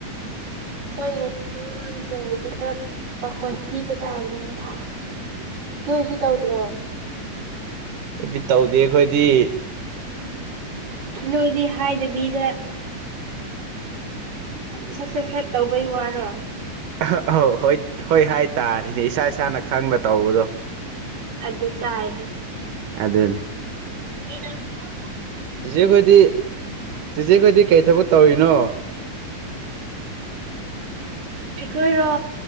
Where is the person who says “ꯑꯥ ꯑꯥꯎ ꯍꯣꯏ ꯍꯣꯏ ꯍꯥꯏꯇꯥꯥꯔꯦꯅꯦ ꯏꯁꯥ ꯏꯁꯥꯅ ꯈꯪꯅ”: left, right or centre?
Right